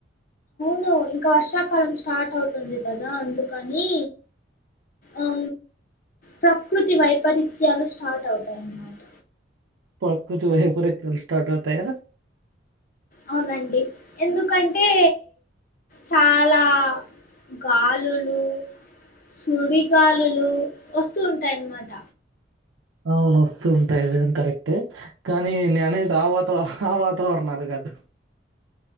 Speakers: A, on the left (about 45°); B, on the right (about 80°).
A: ము ఇంకా వర్షాకాలం స్టార్ట్ అవుతుంది కదా అందుకని ఆ ప్రకృతి వైపరీత్యాలు స్టార్ట్ అవుతాయి అన్నమాట
B: ప్రకృతి వైపరీత్యాలు స్టార్ట్ అవుతాయ
A: అవునండి ఎందుకంటే చాలా గాలులు సుడిగాలులు వస్తూ ఉంటాయి అనమాట
B: అవును వస్తూ ఉంటాయి అది గాని కరెక్టే కానీ నే అనేది ఆ వాతా ఆ వాతావరణాలు కాదు